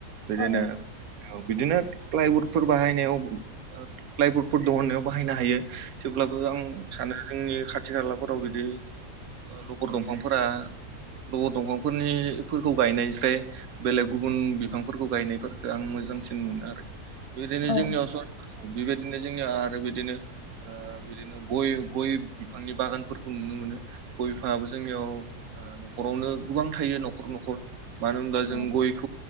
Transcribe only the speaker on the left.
औ
औ
औ